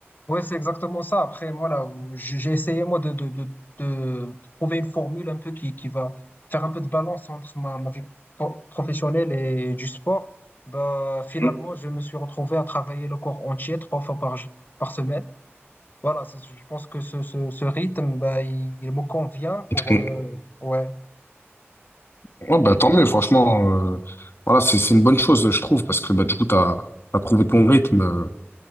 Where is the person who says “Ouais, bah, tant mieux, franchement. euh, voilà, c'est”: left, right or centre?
Left